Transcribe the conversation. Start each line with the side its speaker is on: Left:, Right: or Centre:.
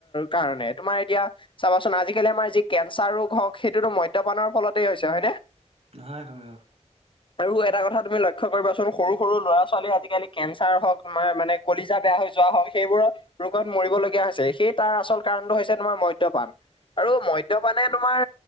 Left: কাৰণে তোমাৰ এতিয়া চাবাচোন আজিকালি আমাৰ যি কেঞ্চাৰ ৰোগ হওক সেইটোতো মদ্যপানৰ ফলতেই হৈছে হয় নে
Right: হয়, হয়, হয়।
Left: আৰু এটা কথা তুমি লক্ষ্য কৰিবাচোন সৰু সৰু ল'ৰা ছোৱালী আজিকালি কেঞ্চাৰ হওক তোমাৰ মানে কলিজা বেয়া হৈ যোৱা হওক সেইবোৰত ৰোগত মৰিবলগীয়া হৈছে সেই তাৰ আচল কাৰণটো হৈছে তোমাৰ মদ্যপান আৰু মদ্যপানে তোমাৰ